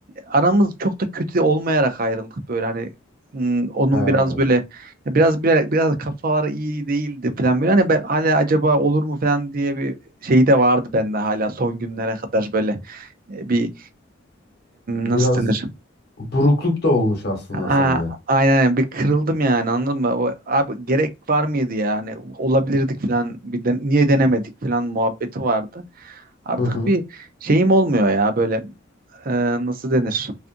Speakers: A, on the right; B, on the left.
A: aramız çok da kötü olmayarak ayrıldık böyle hani hmm, onun
B: He,
A: biraz böyle biraz biraz, biraz kafaları iyi değildi falan böyle hani ben hala acaba olur mu falan diye bir şeyi de vardı bende hala son günlere kadar böyle e, bir
B: biraz
A: nasıl denir?
B: Burukluk da olmuş aslında
A: Aa,
B: sende.
A: aynen bir kırıldım yani anladın mı? O, abi gerek var mıydı yani? Olabilirdik falan. Bir de, niye denemedik falan muhabbeti vardı. Artık
B: Hı hı.
A: bir şeyim olmuyor ya böyle e, nasıl denir?